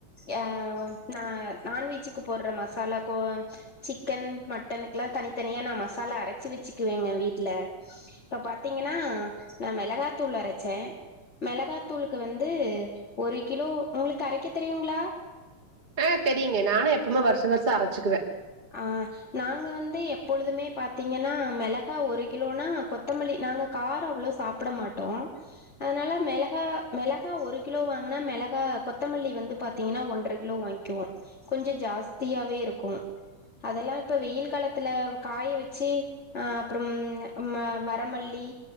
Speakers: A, on the left (about 25°); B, on the right (about 15°).
A: யா நா நான்வெஜ்ஜீக்கு போடுற மசாலா கோ சிக்கன் மட்டனுக்கெல்லாம் தனித்தனியா நான் மசாலா அரச்சு வச்சுகுவேங்க வீடுல இப்ப பாத்தீங்கனா நான் மிளகாதூள் அரச்சேன் மிளகாதூளுக்கு வந்து ஒரு கிலோ உங்களுக்கு அரைக்க தெரியுங்களா
B: ஆஹ் தெரியங்க நானும் எப்பவுமே வருஷம் வருஷம் அரைச்சுகுவேன்
A: ஆஹ் நாங்க வந்து எப்பொழுதுமே பாத்தீங்கனா மிளகா ஒரு கிலோனா கொத்தமல்லி நாங்க காரம் அவ்வளவு சாப்பிட மாட்டோம் அதனால மிளகா மிளகா ஒரு கிலோ வாங்குனா மிளகா கொத்தமல்லி வந்து பாத்தீங்கனா ஒன்ற கிலோ வாங்கிவோம் கொஞ்சம் ஜாஸ்தியாவே இருக்கும் அதலாம் இப்ப வெயில் காலத்துல காய வச்சு அஹ் அப்புறம் வரமல்லி